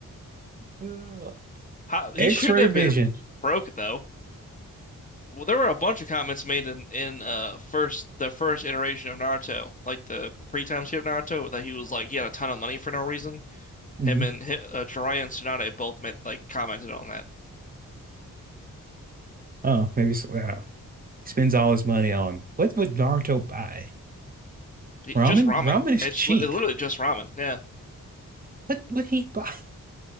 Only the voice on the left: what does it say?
How he
should not have
been broke though. Well, there were a bunch of comments made in in uh first the first iteration of Naruto, like the pre-time skip Naruto, that he was like he had a ton of money for no reason.
Him and hi- uh, Jiraiya and Tsunade both made like commented on that.
Just ramen.
It's
li- literally just ramen. Yeah.